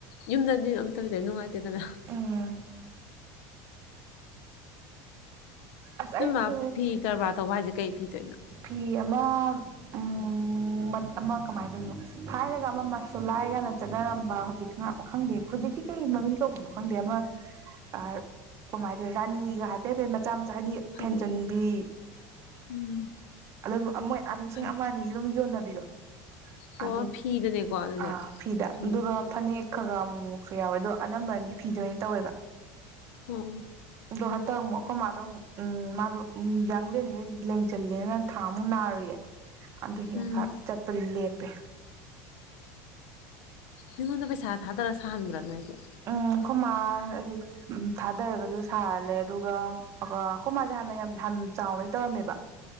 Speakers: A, on the left; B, on the right.
A: ꯌꯨꯝꯗꯤ ꯑꯝꯇ <unintelligible> ꯅꯨꯡꯉꯥꯏꯇꯦꯗꯅ
B: ꯎꯝ ꯑꯁ ꯑꯩꯁꯨ
A: ꯅꫭꯏꯃꯥ ꯐꯤ ꯀꯔꯕꯥ ꯇꯧꯕ ꯍꯥꯏꯖꯦ ꯀꯩ ꯐꯤ ꯇꯧ
B: ꯐꯤ ꯑꯃ ꯎꯝ ꯃꯠ ꯑꯃ ꯀꯃꯥꯏꯅ ꯍꯥꯏꯗꫭꯏꯅꯣ ꯊꯥꯏꯅꯒ ꯑꯃ ꯃꯁꯂꯥꯏ ꯀꯥꯏꯅ ꯆꯠꯅꯔꯝꯕ ꯈꯪꯗꯦ ꯍꯧꯖꯤꯛꯅ ꯈꯪꯗꯦ ꯍꯧꯖꯤꯛꯇꯤ ꯀꯩ ꯃꯃꯤꯡ ꯀꯧꯕꯅꯣ ꯈꯪꯗꯦ ꯑꯃ ꯀꯃꯥꯏꯅ ꯍꯥꯏꯗꫭꯏꯅꫭ ꯔꯥꯅꯤꯒ ꯍꯥꯏꯐꯦꯠ ꯍꯥꯏꯐꯦꯠ‌ ꯃꯆꯥ ꯃ ꯆꯥ ꯍꯥꯏꯗꯤ
A: ꯐꯅꯦꯛ
B: ꯐꯦꯟꯖꯟꯕꯤ
A: ꯎꯝ ꯎꯝ
B: ꯑꯗꯨꯝ ꯑ ꯃꫭꯏ ꯑ ꯂꯤꯁꯤꯡ
A: ꯐꯅꯦꯛ
B: ꯑꯃ ꯑꯅꯤ ꯗꯨꯝ ꯌꯣꯟꯅꯕ ꯕꯤꯔꯣ
A: ꯑꯣ
B: ꯑꯗꯨ
A: ꯐꯤꯗꯅꯦꯀꯣ ꯑꯗꯨꯗꯤ
B: ꯑꯥ ꯐꯤꯗ
A: ꯐꯤ
B: ꯑꯗꯨꯒ ꯐꯅꯦꯛ ꯈꯔ ꯈꯔ ꯑꯃꯨꯛ ꯃꯣꯛꯁꯨ ꯌꯥꯎꯋꯦ ꯑꯗꯣ ꯑꯅꯝꯕꯅꯗꯤ ꯐꯤꯗ ꯑꯣꯏꯅ ꯇꯧꯋꯦꯕ
A: ꯑꫭ
B: ꯑꯗꯣ ꯍꯟꯇꯛ ꯃꯨꯛ ꯑꯈꯣꯏ ꯃꯥꯗꯣ ꯎꯝ ꯃꯥꯗꯣ ꯎꯝ ꯌꯥꯡꯂꯦꯟꯒꯩ ꯂꯦꯡꯖꯜꯂꯦꯅ ꯊꯥꯃꯨꯛ ꯅꯥꯔꯨꯏꯌꯦ ꯑꯗꯨꯒꯤ
A: ꯎꯝ
B: ꯃꯨꯛ ꯈꯛ ꯆꯠꯄꯗꯤ ꯂꯦ ꯄꯦ
A: ꯃꯤꯉꯣꯟꯗ ꯄꯩꯁꯥ ꯊꯥꯗꯔ ꯁꯥꯍꯟꯕ꯭ꯔꯥ ꯅꯣꯏꯒꯤ
B: ꯎꯝ ꯈꫭꯃꯥ ꯑꯗꯤ ꯎꯝ ꯊꯥꯗꯔꯒꯁꯨ ꯁꯥꯍꯜꯂꯦ ꯑꯗꯨꯒ ꯑꯈ ꯈꯨꯣꯃꯥꯁꯦ ꯍꯥꯟꯅ ꯌꯥꯝ ꯊꯝ ꯍꯥꯟꯅ ꯆꯥꯎꯅꯗꯤ ꯇꯧꯔꯝꯃꯦꯕ